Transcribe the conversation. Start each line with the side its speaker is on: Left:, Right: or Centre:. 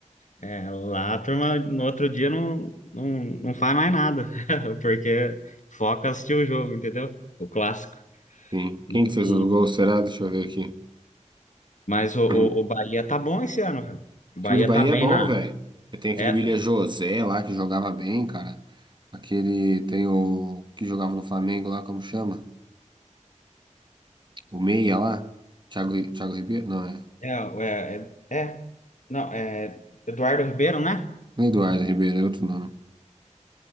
Left: é, lá a turma no outro dia não, não, não faz mais nada, <laughs> porque foca em assistir o jogo, entendeu? O clássico.
Right: Sim.
Left: E,
Right: Quem que fez
Left: e-
Right: o gol, será? Deixa eu ver aqui.
Left: mas o, o,
Right: <clears throat>
Left: o Bahia tá bom esse ano, velho. O
Right: O
Left: Bahia
Right: time do Bahia
Left: tá bem
Right: é bom,
Left: na.
Right: velho. Tem aquele
Left: É,
Right: William José lá que jogava bem, cara. Aquele tem o que jogava no Flamengo lá, como chama? O Meia lá. Thiago, Ri- Thiago Ribeiro? Não, é.
Left: é, é, é, é- não, é Eduardo Ribeiro, né?
Right: Não é Eduardo Ribeiro, é outro nome.